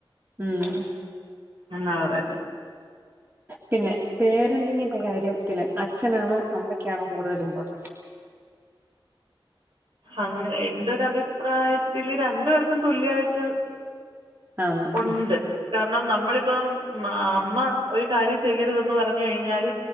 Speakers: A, on the right; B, on the right.
A: ഉം
B: എന്നാ പറയ്ന്ന്
A: പിന്നെ പേരന്റിങ്ങിന്റെ കാര്യംത്തിൽ അച്ഛനാണോ അമ്മയ്ക്കാണോ കൂടുതൽ ഇമ്പോർട്ടെന്റ്
B: അങ്ങ് എന്റൊരഭിപ്രായത്തിൽ രണ്ട് പേർക്കും തുല്യായ്ട്ട്
A: ആന്ന്
B: ഉണ്ട്
A: ഉം
B: കാരണം നമ്മളിപ്പം അമ്മ ഒരു കാര്യം ചെയ്യെരുതെന്ന് പറ ഞ്ഞ് കഴിഞ്ഞാൽ